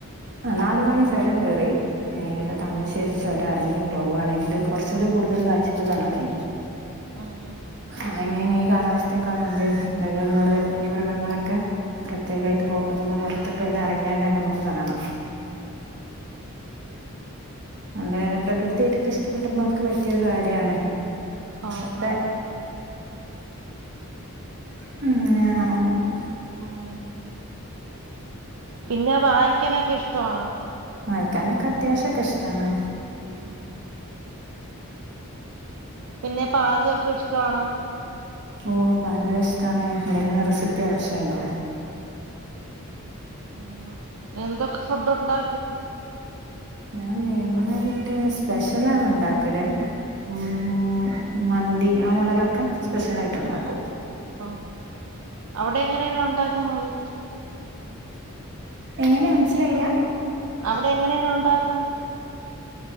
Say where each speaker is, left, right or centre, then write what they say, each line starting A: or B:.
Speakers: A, on the right; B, on the right.
A: നാട് കാണി ചൊരം കേറി നേരെ താമരശ്ശേ രി ചൊരം ഇറങ്ങി പോവാണെങ്കിൽ കുറച്ചൂടി കൂടുതൽ കാഴ്ചകൾ കാണാൻ കഴിയും.
B: ആഹ്
A: ആ മെയിൻ ഈ കാലാവസ്ഥയൊക്കെ ആയോണ്ട് മൃഗങ്ങള് വന്യമൃഗങ്ങളൊക്കെ പ്രത്യേകായിട്ട് റോട്ട് മെന്ന് പുറത്തിക്ക് പിന്നെ ഇറങ്ങിയാണ്ടെന്നെ അമ്മക്ക് കാണാം. അവടെങ്ങനെ പ്രകൃതി ത്ത്യായിട്ട് ഇത് ഇഷ്ടപ്പെട്ടുന്നോർക്ക് പറ്റിയ ഒരു കാര്യാണ്
B: ആഹ്
A: പ്പേ
B: ആഹ്
A: <unintelligible>
B: ഉം പിന്നെ വായിക്കാനൊക്കെ ഇഷ്ടമാണോ
A: വായിക്കാനൊക്കെ അത്യാവശ്യം ഒക്കെ ഇഷ്ടാണ്
B: <inaudible> പിന്നെ പാചകമൊക്കെ ഇഷ്ടാണോ
A: ഓ പാചകം ഇഷ്ടാണ് എന്തെങ്കിലും റെസിപ്പി ആവശ്യം ഉണ്ടോ
B: ആഹ് എന്തൊക്കെ ഫുഡ് ഉണ്ടാക്കും
A: ഞാൻ മെയിനായിട്ട് സ്പെഷ്യലാണ് ഉണ്ടാക്കല് ഉം
B: ആഹ്
A: മന്തി ആ മോഡലൊക്കെ സ്പെഷ്യലായിട്ട് ഉണ്ടാക്കും
B: ആഹ് അവിടെ എങ്ങനെയാണ് ഉണ്ടാക്കുന്നത്
A: എങ്ങനെ മനസ്സിലായില്ല
B: അവിടെ എങ്ങനെയാണ് ഉണ്ടാക്കണ്